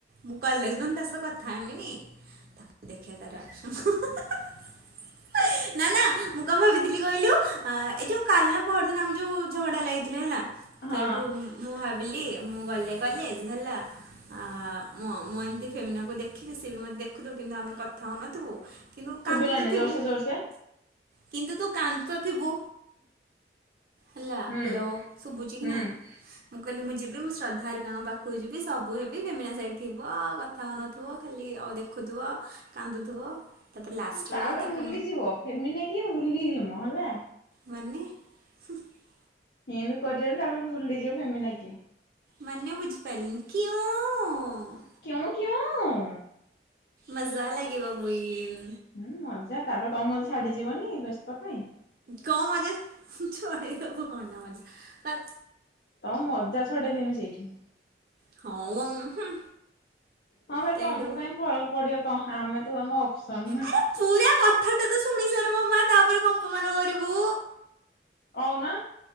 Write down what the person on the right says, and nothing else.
ମୁଁ କଲେଜ ଗନେ ତା ସହିତ କଥା ହେମିନି ତାପରେ ଦେଖିବା ତାର ଆକ୍ସନ <unintelligible> <unintelligible> ନା ନା ମୁ କ ଭାବିଥିଲି କହିଲୁ ଅ ଏ ଯେଉ କାଲି ନା ପହରଦିନ ଆମେ ଯୋଉ ଝଗଡା ଲାଗିଥିଲେ ହେଲା
ସେଇଠୁ ମୁଁ ଭାବିଲି ମୁଁ ଗଲେ କଲେଜ ହେଲା ଆ ମୁଁ ଏମିତି ଫେମିନାକୁ ଦେଖିବି ସେି ବି ମତେ ଦେଖୁଥୁବ କିନ୍ତୁ ଆମେ କଥା ହଉନଥିବୁ କିନ୍ତୁ
କାନ୍ଦୁ ତ ଥିବେ
କିନ୍ତୁ ତୁ କାନ୍ଦୁ ତ ଥିବୁ ହେଲା
ହାଲୋ ସୁଭୁଚିକି
ନାହିଁ? ମୁଁ କହିଲି ମୁଁ ଯିବି ମୁଁ ଶ୍ରଦ୍ଧାହାରୀଙ୍କ ପାଖକୁ ଯିବି ସବୁ ହେବି ଫମିନା ସେଇଠି ଥିବ କଥା ହଉ ନଥିବ ଖାଲି ଆଉ ଦେଖୁଥିବ କାନ୍ଦୁଥିବ ତାପରେ ଲାଷ୍ଟ
ବେଳକୁ ତାକୁ
ମାନେ <unintelligible>
ମାନେ ବୁଝିପାରିଲିନି କ୍ୟୁଁ?
ମଜା ଲାଗିବ ବୁଇନ୍।
କଣ ମଜା ଛଡେଇଦେବ କଣ ଟା ମଜା ତା
ହୋଉ ହୁଁ।
ସେଇଠୁ
ଆରେ ପୁରା କଥାଟା ତ ଶୁଣି ସାର ମୋ ମା ତାପରେ କମ୍ପମାନ କରିବୁ।